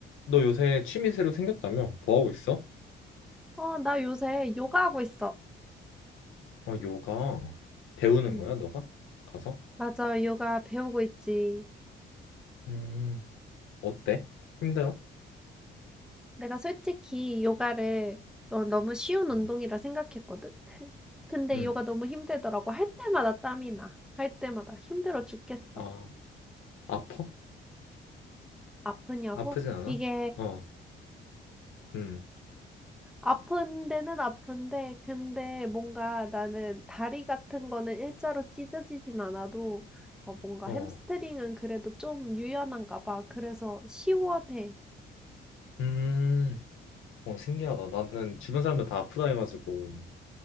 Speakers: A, on the left; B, in the centre.
A: 너 요새 취미 새로 생겼다며? 뭐 하고 있어?
B: 어, 나 요새 요가하고 있어.
A: 어, 요가 배우는
B: 음,
A: 거야, 너가? 가서?
B: 맞아, 요가 배우고 있지.
A: 음, 어때? 힘들어?
B: 내가 솔직히 요가를 어, 너무 쉬운 운동이라
A: 음,
B: 생각했거든. <laughs> 근데
A: 음.
B: 요가 너무 힘들더라고. 할 때마다 땀이 나. 할 때마다 힘들어 죽겠어.
A: 아, 아파?
B: 아프냐고?
A: 아프진 않아?
B: 이게
A: 어, 음,
B: 아픈 데는 아픈데, 근데 뭔가 나는 다리 같은 거는 일자로 찢어지진 않아도 어, 뭔가
A: 어,
B: 햄스트링은 그래도 좀 유연한가 봐. 그래서 시원해.
A: 음, 어, 신기하다. 나는 주변 사람들 다 아프다 해가지고